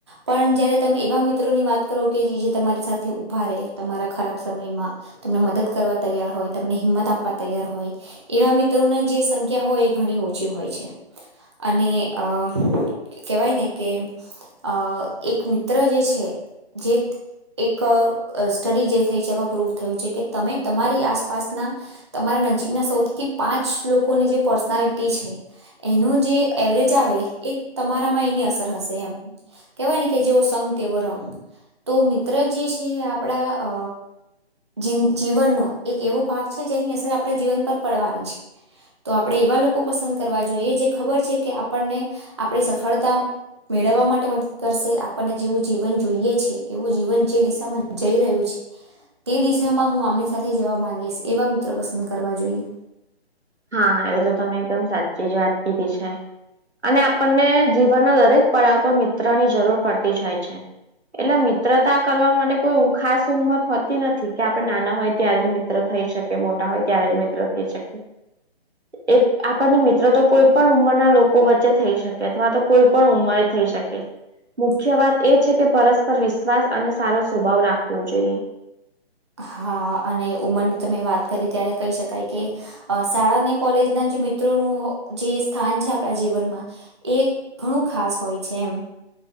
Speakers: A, on the right; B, on the right.
A: પણ જયારે તમે એવા મિત્રો ની વાત કરો કે જીજે તમારી સાથે ઉભા રહે તમારા ખરાબ સમયમાં. તમને મદદ કરવા તૈયાર હોય, તમને હિંમત આપવા તૈયાર હોય. એવા મિત્રોની જે સંખ્યા હોય એ ઘણી ઓછી હોય છે. અને અ કેહેવાય ને કે અ એક મિત્ર જે છે જેત એક અ સ્ટડી જે થઈ છે એમાં પ્રૂવ થયું છે કે તમે તમારી આસપાસના તમારા નજીકના સૌથી પાંચ લોકોની જે પર્સનાલિટી છે એનું જે એવરેજ આવે એ તમારામાં એની અસર હશે એમ. કેહેવાય ને કે જેવો સંગ તેવો રંગ, તો મિત્ર જે છે આપણા અ જિન જીવનનો એક એવો ભાગ છે જેની અસર આપણે જીવન પર પડવાની છે. તો આપણે એવા લોકો પસંદ કરવા જોઈએ જે ખબર છે કે આપણને આપણી સફળતા મેળવવા માટે મદદ કરશે, આપણને જેવું જીવન જોઈએ છે એવું જીવન જે દિશામાં જઈ રહ્યું છે તે દિશામાં હું આમની સાથે જવા માંગીશ. એવા મિત્રો પસંદ કરવા જોઈએ.
B: હા, એ તો તમે એકદમ સાચી જ વાત કીધી છે. અને આપણને જીવનના દરેક પડાવ ઉપર મિત્ર ની જરૂર પડતી જ હોય છે. એટલે મિત્રતા કરવા માટે કોઈ ખાસ ઉંમર હોતી નથી કે આપડે નાના હોય ત્યારે જ મિ ત્ર થઈ શકે મોટા હોય ત્યારે જ મિત્ર થઈ શકે. એ આપણને મિત્ર તો કોઈ પણ ઉંમરના લોકો વચ્ચે થઈ શકે, અથવા તો કોઈ પણ ઉંમરે થઈ શકે.
A: <unintelligible>
B: મુખ્ય વાત એ છે કે પરસ્પર વિશ્વાસ અને સારો સ્વભાવ રાખવો જોઈએ.
A: હા અને ઉંમરની તમેં વાત કરી ત્યારે કહી શકાય કે અ શાળાને કોલેજ ના જે મિત્રોનું જે સ્થાન છે આપણા જીવનમાં એ ઘણું ખાસ હોય છે એમ.